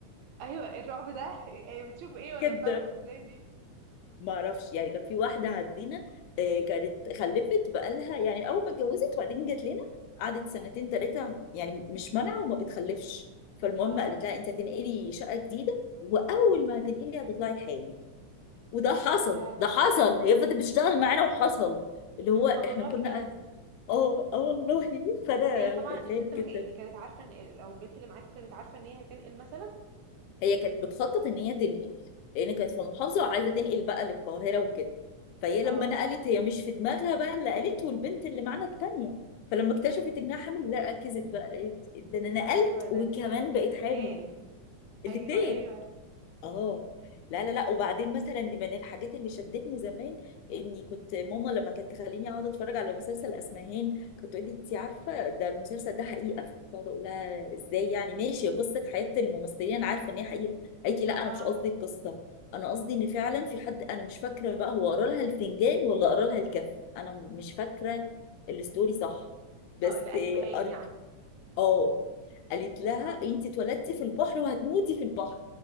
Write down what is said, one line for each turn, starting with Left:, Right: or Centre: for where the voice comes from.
Right: ايوه الرعب ده إيه بتشوف ايه ولا
Left: <laughs> جدا
Right: بتعرف ازاي دي
Left: ما اعرفش يعني كان في واحده عندنا آه، كانت خلفت بقالها يعني اول ما اتجوزت وبعدين جت لنا قعدت سنتين ثلاثه يعني مش مانعه وما بتخلفش فالمهم
Right: اه
Left: قالت لها انت هتنقلي شقه جديده واول ما هتنقلي هتطلعي حامل وده حصل
Right: ايه ده
Left: ده حصل هي فضلت بتشتغل معانا وحصل اللي
Right: يا
Left: هو
Right: خبر
Left: احنا كنا
Right: ابيض
Left: اه اه والله فانا
Right: وهي طبعا
Left: بترعب
Right: الست ما
Left: جدا
Right: كان يعني كانت عارفه ان او البنت اللي معاكم كانت عارفه ان هي هتنقل مثلا
Left: هي كانت بتخطط ان هي تنقل لان كانت
Right: امم
Left: في محافظه وعايزه تنقل بقى للقاهره وكده فهي لما
Right: اه
Left: نقلت هي مش في دماغها بقى اللي قالته والبنت اللي معانا التانيه فلما اكتشفت انها حامل لا ركزت بقى قالت ده انا نقلت
Right: ايوه ده
Left: وكمان
Right: الكلام
Left: بقيت
Right: ده
Left: حامل
Right: اتقال
Left: الاتنين
Right: ايوه ايوه
Left: اه لا لا لا وبعدين مثلا من الحاجات اللي شدتني زمان اني كنت ماما لما كانت تخليني اقعد اتفرج على مسلسل اسمهان كنت تقول لي انت عارفه ده المسلسل ده حقيقه كنت اقعد اقول لها ازاي يعني ماشي قصه حياه الممثلين انا عارفه ان هي حقيقه قالت لي لا انا
Right: اه
Left: مش قصدي القصه انا قصدي ان فعلا في حد انا مش فاكره بقى هو قرا لها الفنجان ولا قرا لها الكف انا مش فاكره الستوري صح بس
Right: اه لاسمهان
Left: قريت
Right: يعني
Left: اه قالت لها
Right: اه
Left: انت اتولدتي في البحر وهتموتي في البحر